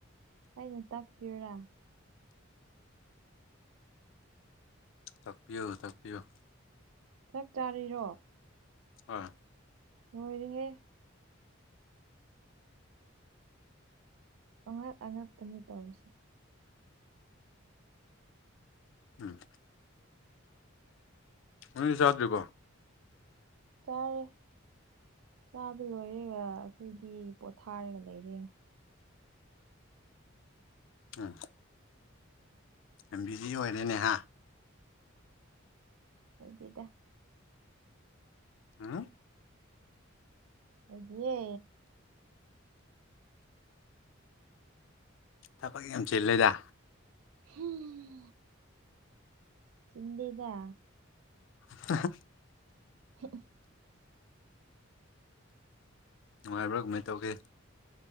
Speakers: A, on the right; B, on the left.
A: ꯑꯩꯅ ꯇꯥꯛꯄꯤꯌꯨꯔꯥ
B: ꯇꯥꯛꯄꯤꯌꯨ ꯇꯥꯛꯄꯤꯌꯨ
A: ꯆꯥꯛ ꯆꯥꯔꯤꯔꯣ
B: ꯍꯣꯏ
A: ꯂꯣꯏꯔꯦꯍꯦ ꯑꯉꯛ ꯑꯉꯛꯄꯅꯤ ꯇꯧꯔꯤꯁꯦ
B: ꯎꯝ ꯅꯪꯗꯤ ꯆꯥꯗ꯭ꯔꯤꯕꯣ
A: ꯆꯥꯔꯦ ꯆꯥꯕ ꯂꯣꯏꯔꯒ ꯑꯩꯈꯣꯏꯗꯤ ꯄꯣꯊꯥꯔꯒ ꯂꯩꯔꯦ
B: ꯎꯝ ꯌꯥꯝ ꯕꯤꯖꯤ ꯑꯣꯏꯔꯦꯅꯦ ꯍꯥ
A: ꯑꯣꯏꯗꯦꯗ
B: ꯎꯝ
A: ꯑꯣꯢꯗꯤꯌꯦ
B: ꯊꯕꯛ ꯌꯥꯝ ꯆꯤꯜꯂꯦꯗ
A: ꯍꯨꯨꯝ ꯆꯤꯟꯗꯦꯗ
B: ꯍꯍ
A: ꯍ
B: ꯅꯨꯡꯉꯥꯏꯕ꯭ꯔꯥ ꯀꯃꯥꯏ ꯇꯧꯒꯦ